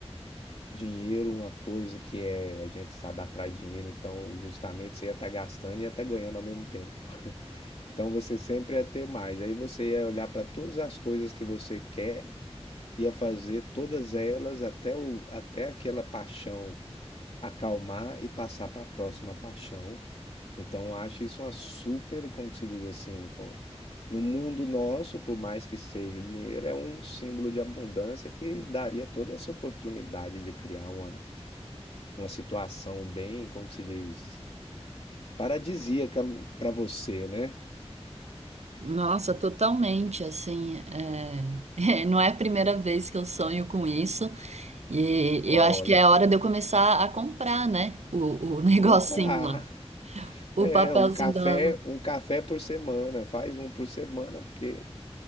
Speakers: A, on the left; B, on the right.
A: Dinheiro, uma coisa que é, a gente sabe atrai dinheiro, então justamente você ia estar gastando e ia estar ganhando ao mesmo tempo. <laughs> Então você sempre ia ter mais. Aí você ia olhar para todas as coisas que você quer e a fazer todas elas até o, até aquela paixão acalmar e passar para a próxima paixão. Então, eu acho isso uma super, como que se diz assim, com- no mundo nosso, por mais que seja o dinheiro, é um símbolo de abundância que daria toda essa oportunidade de criar uma, uma situação bem, como que se diz, paradisíaca para você, né?
B: nossa, totalmente, assim, é, <laughs> é, não é a primeira vez que eu sonho com isso e eu
A: Olha,
B: acho que é hora de eu começar a comprar, né, o, o <laughs> negocinho
A: comprar
B: lá,
A: <laughs>
B: o
A: é
B: papelzinho
A: um café,
B: da
A: um café por semana, faz um por semana, porque